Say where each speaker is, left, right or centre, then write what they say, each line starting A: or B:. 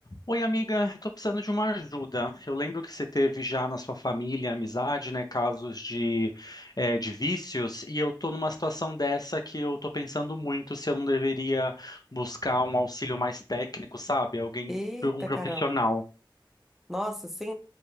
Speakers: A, on the left (about 50°); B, in the centre.
A: Oi, amiga, estou precisando de uma ajuda. Eu lembro que você teve já na sua família, amizade, né, casos de, eh, de vícios, e eu estou numa situação dessa que eu estou pensando muito se eu não deveria buscar um auxílio mais técnico, sabe? Alguém,
B: Eita
A: um profissional.
B: caramba. Nossa, sim,